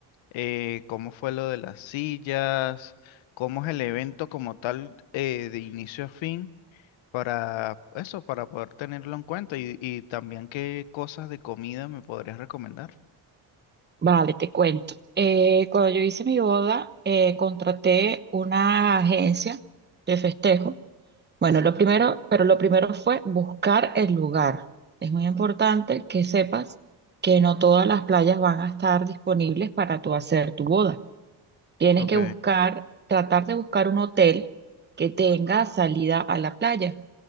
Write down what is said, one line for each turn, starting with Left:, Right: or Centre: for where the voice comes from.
Left: Eh, ¿cómo fue lo de las sillas? ¿Cómo es el evento como tal eh, de inicio a fin? Para eso, para poder tenerlo en cuenta y, y también qué cosas de comida me podrías recomendar.
Right: Vale, te cuento. Eh, cuando yo hice mi boda, eh, contraté una agencia de festejo. Bueno, lo primero, pero lo primero fue buscar el lugar. Es muy importante que sepas que no todas las playas van a estar disponibles para tú hacer tu boda. Tienes
Left: Ok,
Right: que buscar, tratar de buscar un hotel que tenga salida a la playa.